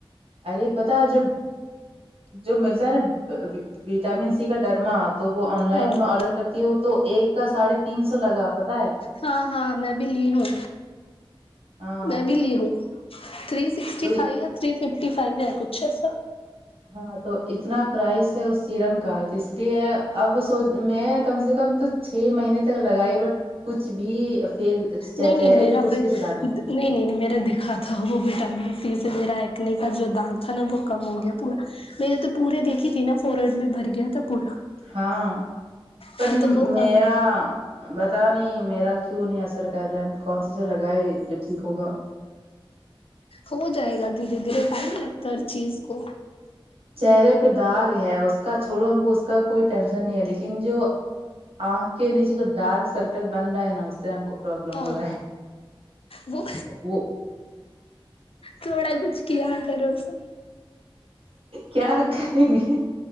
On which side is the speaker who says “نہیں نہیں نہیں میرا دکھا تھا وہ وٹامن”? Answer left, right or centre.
Left